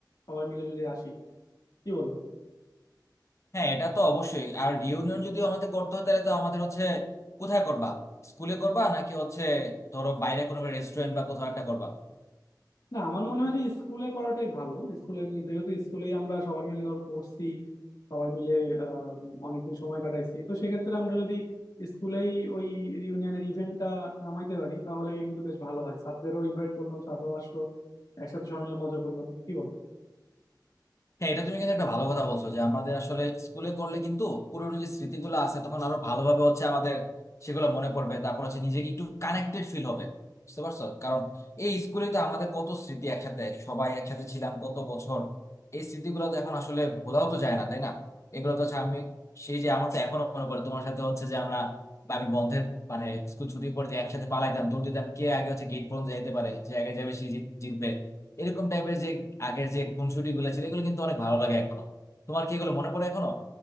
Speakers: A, on the left (about 65°); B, on the left (about 40°).
A: সবাই মিলে যদি আসি কি বলো
B: হ্যাঁ এটা তো অবশ্যই আর রিউনিয়ন যদি আমাদের করতে হয় তাহলে তো আমাদের হচ্ছে কোথায় করবা স্কুলে করবা নাকি হচ্ছে ধরো বাইরে কোনো রেস্টুরেন্ট বা কোথাও একটা করবা
A: না আমার মনে হয় যে স্কুলে করাটাই ভালো স্কুলে গিয়ে- যেহেতু স্কুলেই আমরা সবাই মিলে ধরো পড়ছি সবাই মিলে আহ, অনেকদিন সময় কাটাইছি তো সেক্ষেত্রে আমরা যদি স্কুলেই ওই রিউনিয়নের ইভেন্টটা নামাইতে পারি তাহলে কিন্তু বেশ ভালো হয় স্যারদেরও ইনভাইট করলাম স্যাররাও আসলো একসাথে সবাই মিলে মজা করলাম কি বলো
B: হ্যাঁ এটা তুমি কিন্তু একটা ভালো কথা বলছো যে আমাদের আসলে স্কুলে করলে কিন্তু পুরোনো যে স্মৃতিগুলো আছে তখন আরো ভালোভাবে হচ্ছে আমাদের সেগুলো মনে পড়বে তারপর হচ্ছে নিজেকে একটু কানেক্টেড ফিল হবে বুঝতে পারছো কারণ এই স্কুলে তো আমাদের কত স্মৃতি একসাথে সবাই একসাথে ছিলাম কত বছর এই স্মৃতিগুলো তো এখন আসলে ভোলাও তো যায় না তাই না এগুলো তো হচ্ছে আমি সেই যে আমার তো এখনো মনে পড়ে তোমার সাথে হচ্ছে যে আমরা বা আমি বন্ধের মানে স্কুল ছুটির পর যে একসাথে পালাইতাম দৌড় দিতাম কে আগে হচ্ছে গেট পর্যন্ত যাইতে পারে যে আগে যাবে সে জিত- জিতবে এরকম টাইপের যে আগের যে খুনসুটি গুলো ছিল এগুলো কিন্তু অনেক ভালো লাগে এখনো তোমার কি এগুলো মনে পড়ে এখনো